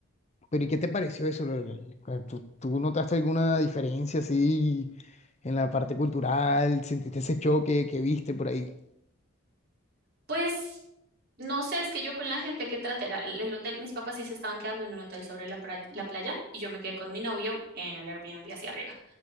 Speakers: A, on the left (about 30°); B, on the right (about 45°).
A: pero ¿y qué te pareció eso? lo- lo- lo- ¿Tú, tú notaste alguna diferencia así en la parte cultural? ¿Sentiste ese choque que viste por ahí?
B: pues no sé, es que yo con la gente que traté era el el hotel, mis papás sí se estaban quedando en un hotel sobre la pra- la playa y yo me quedé con mi novio en el Airbnb hacia arriba.